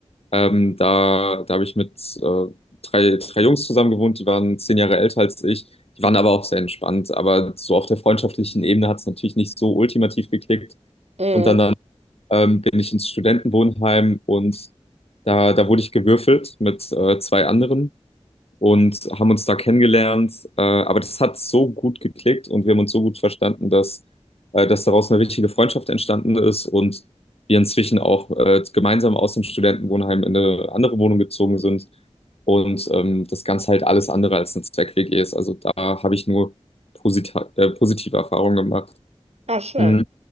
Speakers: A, on the left; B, on the right.
A: Ähm, da da habe ich mit äh, drei, drei Jungs zusammen gewohnt, die waren zehn Jahre älter als ich. Die waren aber auch sehr entspannt. Aber so auf der freundschaftlichen Ebene hat es natürlich nicht so ultimativ geklickt.
B: Mhm.
A: Und dann, dann ähm, bin ich ins Studentenwohnheim und da, da wurde ich gewürfelt mit äh, zwei anderen und haben uns da kennengelernt. Äh, aber das hat so gut geklickt und wir haben uns so gut verstanden, dass, äh, dass daraus eine richtige Freundschaft entstanden ist und wir inzwischen auch äh, gemeinsam aus dem Studentenwohnheim in eine andere Wohnung gezogen sind und ähm, das Ganze halt alles andere als eine Zweck-WG ist. Also da habe ich nur posita- äh, positive Erfahrungen gemacht.
B: Ah, schön.
A: Mhm.